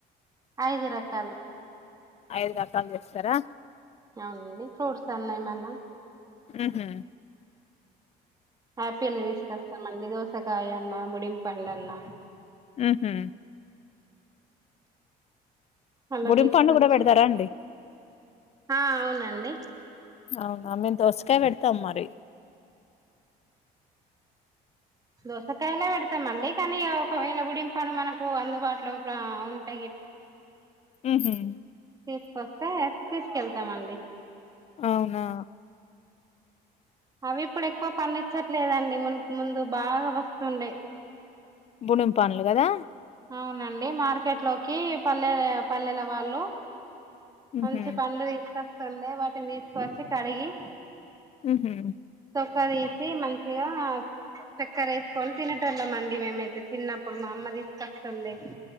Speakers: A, on the right; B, on the left.
A: ఐదు రకాలు
B: ఐదు రకాలు చేస్తారా
A: అవునండి ఫ్రూట్స్ అన్నా ఏమన్నా
B: మ్మ్ఉహ్మ్
A: ఆపిల్ తీసుకొస్తామండి దోసకాయ అన్న ముడింపండన్నా
B: మ్మ్ఉహ్మ్
A: అలా
B: బుడిం
A: తీసుకొచ్చి
B: పండు కూడా పెడతారా అండి
A: ఆ అవునండి
B: అవునా మేము దోసకాయ పెడతాం మరి
A: దోసకాయలే పెడతామండి కానీ ఒకవేళ గుడింపను మనకు అందుబాటులో ఒక ఉంటే
B: మ్మ్ఉహ్మ్
A: తీసుకొస్తే తీసుకెళ్తామండి
B: అవునా
A: అవి ఇప్పుడు ఎక్కువ పండించట్లేదండి ము ముందు బాగా వస్తుండే
B: బుణింపండ్లు కదా
A: అవునండి మార్కెట్లోకి పల్లె పల్లెలవాళ్ళు
B: ఉహు
A: మంచి పండ్లు తీసుకొస్తుండే వాటిని తీసుకొచ్చి కడిగి
B: మ్మ్ఉహ్మ్
A: క తీసి మంచిగా చక్కెర ఏసుకొని తినేటోళ్ళమండి మేమైతే చిన్నప్పుడు మా అమ్మ తీసుకొస్తుండే